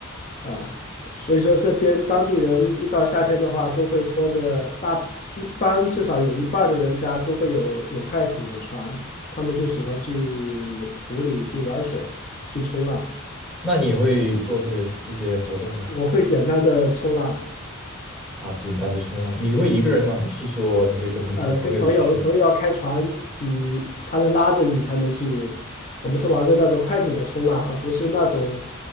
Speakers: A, on the left; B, in the centre.
A: 啊，所以说这边当地人一到夏天的话，都会拖着大，一般至少有一半儿的人家都会有有快艇、有船，他们就喜欢去湖里去玩水、去冲浪。
B: 那你也会做这些这些活动吗？
A: 我会简单的冲浪，
B: 啊，简单的冲浪，你会一个人吗？还是说你会跟朋你的朋友一起去？
A: 呃，跟朋友，有朋友要开船，你他能拉着你才能去。我们是玩的那种快艇的冲浪，而不是那种